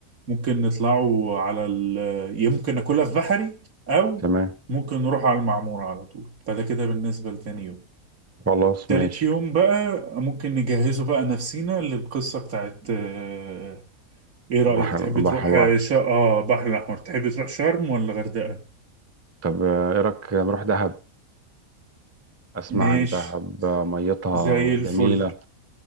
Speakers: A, on the right; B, on the right.
A: ممكن نطلعوا على ال... يمكن ناكلها في بحري أو
B: تمام
A: ممكن نروح على المعمورة على طول فده كده بالنسبة لتاني يوم
B: خلاص
A: تالت
B: ماشي
A: يوم بقى ممكن نجهزه بقى نفسينا للقصة بتاعت آه، ايه رأيك
B: بحر
A: تحب
B: بحر
A: تروح
B: الله
A: آه، شا... اه بحر الأحمر تحب تروح شرم ولا غردقة
B: طب آه، ايه رأيك نروح دهب اسمع
A: ماشي
B: عن دهب آه، ميتها
A: زي الفل
B: جميلة